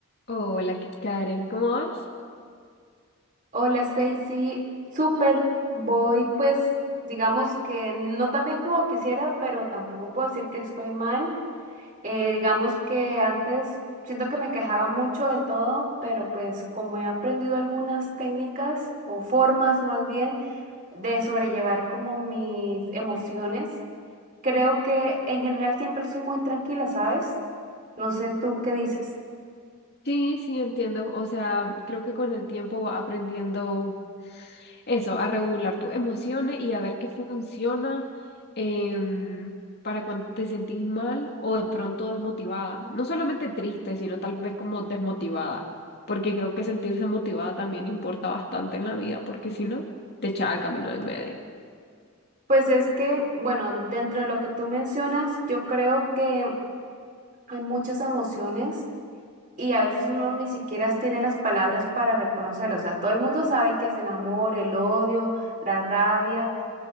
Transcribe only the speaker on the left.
Hola, Kit Karen, ¿cómo vas?
Sí, sí, entiendo. O sea, creo que con el tiempo va aprendiendo eso, a regular tus emociones y a ver qué funciona em, para cuando te sentís mal o de pronto desmotivada. No solamente triste, sino tal vez como desmotivada, porque creo que sentirse motivada también importa bastante en la vida, porque si no, te echa al camino de en medio.